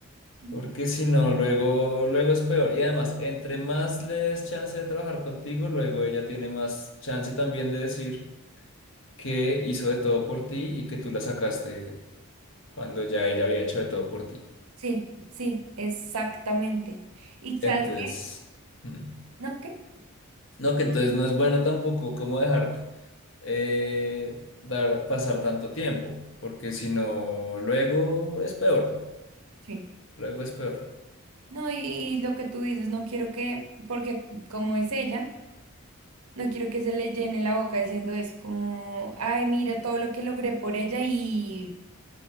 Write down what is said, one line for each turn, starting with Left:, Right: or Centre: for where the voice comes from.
Right: mm,
Left: Porque si no, luego, luego es peor. Y además, entre más le des chance de trabajar contigo, luego ella tiene más chance también de decir que hizo de todo por ti y que tú la sacaste cuando ya ella había hecho de todo por ti.
Right: Sí, sí, exactamente. ¿Y sabes
Left: Entonces,
Right: qué?
Left: mm.
Right: ¿No qué?
Left: no, que entonces no es bueno tampoco como dejar eh, dar pasar tanto tiempo, porque si no, luego es peor,
Right: Sí.
Left: luego es peor.
Right: No, y, y lo que tú dices, no quiero que, porque como es ella, no quiero que se le llene la boca diciendo eso, como, ay, mira todo lo que logré por ella y,